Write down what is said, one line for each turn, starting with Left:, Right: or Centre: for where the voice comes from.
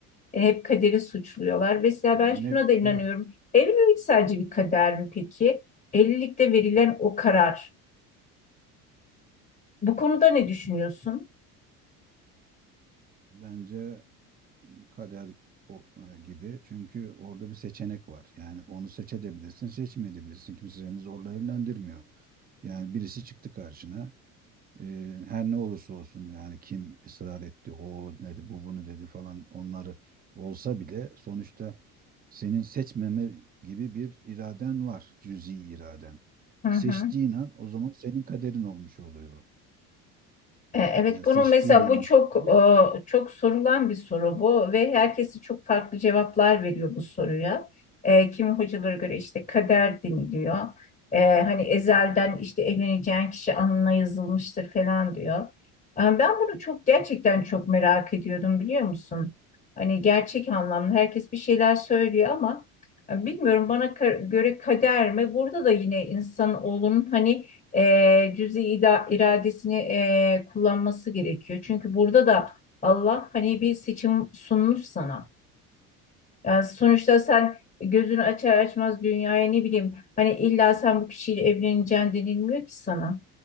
Left: E, hep kaderi suçluyorlar. Mesela
Right: Yani
Left: ben şuna
Right: işte
Left: da inanıyorum. Evlilik sadece bir kader mi peki? Evlilikte verilen o karar. Bu konuda ne düşünüyorsun?
Right: bence kader o- e, gibi. Çünkü orada bir seçenek var. Yani onu seçebilirsin, seçmeyebilirsin. Kimse seni zorla evlendirmiyor. Yani birisi çıktı karşına. Ee, her ne olursa olsun yani kim ısrar etti, o dedi, bu bunu dedi falan onları olsa bile sonuçta senin seçmeme gibi bir iraden var, cüzi iraden.
Left: Hı
Right: Seçtiğin
Left: hı.
Right: an o zaman senin kaderin olmuş oluyor.
Left: E, Evet
Right: Yani
Left: bunu
Right: seçtiğin
Left: mesela
Right: an
Left: bu
Right: o
Left: çok
Right: kaderi,
Left: e, çok sorulan bir soru bu ve herkesi çok farklı cevaplar veriyor bu soruya. E, Kimi hocalara göre işte kader deniliyor. E, Hani ezelden işte evleneceğin kişi alnına yazılmıştır falan diyor. E, Ben bunu çok gerçekten çok merak ediyordum biliyor musun? Hani gerçek anlamda herkes bir şeyler söylüyor ama e, bilmiyorum bana ka- göre kader mi? Burada da yine insan olun hani e, cüz-i ida- iradesini e, kullanması gerekiyor. Çünkü burada da Allah hani bir seçim sunmuş sana. Yani sonuçta sen gözünü açar açmaz dünyaya ne bileyim hani illa sen bu kişiyle evleneceksin denilmiyor ki sana.